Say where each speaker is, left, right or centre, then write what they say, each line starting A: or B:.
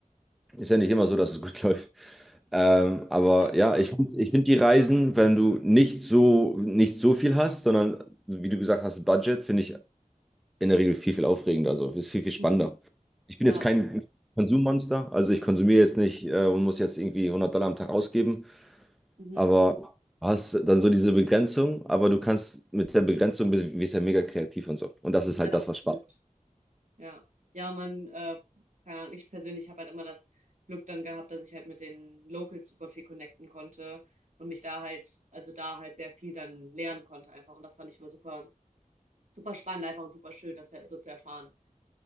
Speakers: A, in the centre; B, on the right (about 60°).
A: Ist ja nicht immer so, dass es gut <laughs> läuft. Ähm, aber
B: Ja.
A: ja, ich finde ich find die Reisen, wenn du nicht so, nicht so viel hast, sondern wie du gesagt hast, Budget, finde ich in der Regel viel, viel aufregender. Also ist viel, viel spannender.
B: Mhm.
A: Ich bin
B: Ja.
A: jetzt kein Konsummonster, also ich konsumiere jetzt nicht äh, und muss jetzt irgendwie 100 Dollar am Tag ausgeben,
B: Mhm.
A: aber hast dann so diese Begrenzung, aber du kannst mit der Begrenzung bist, bist ja mega kreativ und so. Und das ist halt
B: Ja,
A: das,
B: das
A: was Spaß
B: stimmt. Ja, ja, man, äh, keine Ahnung, ich persönlich habe halt immer das Glück dann gehabt, dass ich halt mit den Locals super viel connecten konnte und mich da halt, also da halt sehr viel dann lernen konnte einfach. Und das fand ich immer super, super spannend einfach und super schön, das so zu erfahren.